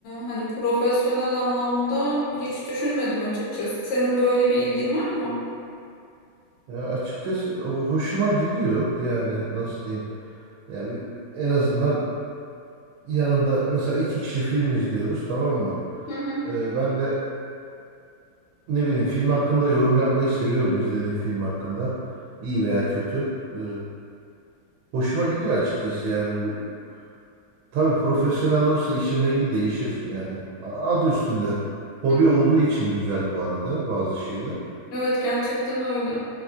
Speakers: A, on the left; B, on the right.
A: hani profesyonel anlamda hiç düşünmedim açıkçası. Senin böyle bir ilgin var mı?
B: Ya açıkçası o hoşuma gidiyor yani nasıl diyeyim? Ya bir, en azından yanımda mesela iki kişi film izliyoruz tamam mı?
A: Hı hı.
B: Ee, ben de ne bileyim film hakkında yorum yapmayı seviyorum izlediğim film hakkında. İyi veya kötü. Ee, hoşuma gidiyor açıkçası yani bu. Tabii profesyonel olursa işin rengi değişir yani. A- Adı üstünde. Hobi
A: hı.
B: olduğu için güzel bu arada bazı şeyler.
A: Evet gerçekten öyle.